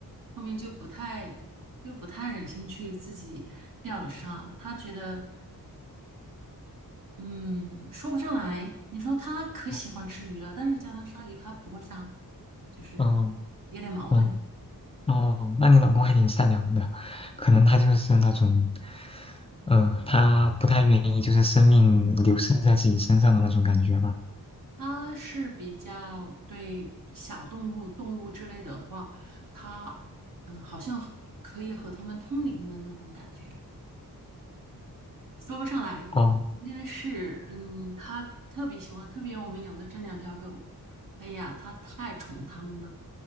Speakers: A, on the right; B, on the left.
A: 后面就不太就不太忍心去自己钓了杀，他觉得。嗯，说不上来。你说他可喜欢吃鱼了，
B: 哦，
A: 但是叫他杀鱼，他不会杀，就是有点矛盾。
B: 哦，嗯。哦，那你老公还挺善良的，可能他就是那种，呃，他不太愿意就是生命流逝在自己身上的那种感觉吧。
A: 他是比较对小动物、动物之类的话，他嗯、呃好像和可以和他们通灵的那种感觉。说不上来，
B: 哦，
A: 应该是嗯，他特别喜欢，特别我们养的这两条狗，哎呀，他太宠它们了，